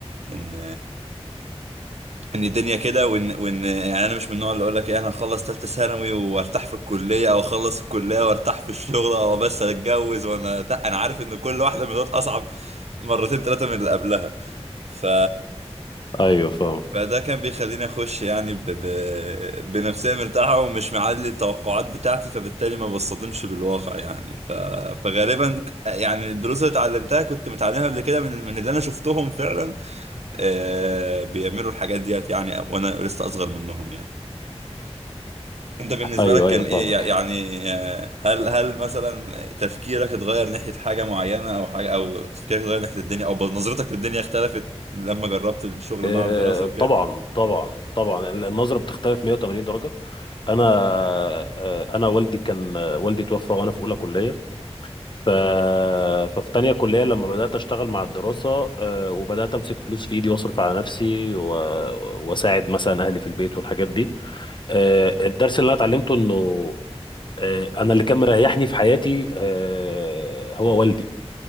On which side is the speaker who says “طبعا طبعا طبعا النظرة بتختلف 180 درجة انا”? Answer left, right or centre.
Left